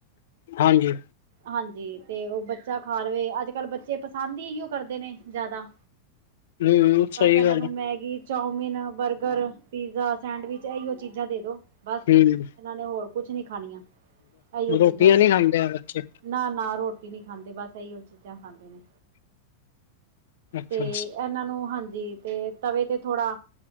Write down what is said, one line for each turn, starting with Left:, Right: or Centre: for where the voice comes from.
Left: ਹਾਂਜੀ।
Right: ਹਾਂਜੀ ਤੇ ਉਹ ਬੱਚਾ ਖਾ ਲਵੇ ਅੱਜ ਕੱਲ੍ਹ ਬੱਚੇ ਪਸੰਦ ਹੀ ਕਰਦੇ ਨੇ ਜ਼ਿਆਦਾ
Left: ਹੂੰ ਸਹੀ
Right: ਬਸ ਇਹਨਾਂ
Left: ਗੱਲ
Right: ਨੂੰ
Left: ਹੈ
Right: Maggi chowmein burger pizza sandwich ਇਹੀਓ ਚੀਜ਼ਾਂ ਦੇ ਦੋ ਬਸ
Left: ਹੂੰ
Right: ਇਹਨਾਂ ਨੇ ਹੋਰ ਕੁਝ ਨੀ ਖਾਣੀਆਂ। ਇਹੀਓ ਚੀਜ਼ਾਂ
Left: ਰੋਟੀਆਂ
Right: ਦੇ
Left: ਨੀ
Right: ਦੋ
Left: ਖਾਂਦੇ ਆ ਬੱਚੇ
Right: ਨਾ, ਨਾ ਰੋਟੀ ਨਹੀਂ ਖਾਂਦੇ ਬਸ ਇਹੀ ਹੋ ਚੀਜ਼ਾਂ ਖਾਂਦੇ ਨੇ
Left: ਅੱਛਾ
Right: ਤੇ ਇਹਨਾਂ ਨੂੰ ਹਾਂਜੀ ਤੇ ਤਵੇ ਤੇ ਥੋੜ੍ਹਾ